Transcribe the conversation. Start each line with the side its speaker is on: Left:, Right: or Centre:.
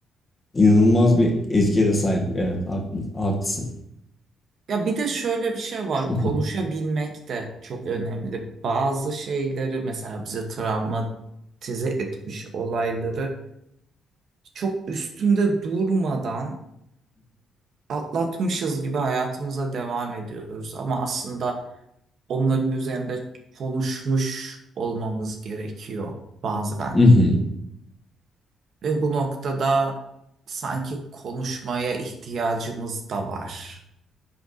Left: inanılmaz bir etkiye de sahip. Evet, haklı- haklısın.
Right: Ya bir de şöyle bir şey var.
Left: <laughs>
Right: Konuşabilmek de çok önemli. Bazı şeyleri mesela bize travmatize etmiş olayları çok üstünde durmadan atlatmışız gibi hayatımıza devam ediyoruz ama aslında onların üzerinde konuşmuş olmamız gerekiyor bazen.
Left: Hı hı.
Right: Ve bu noktada sanki konuşmaya ihtiyacımız da var.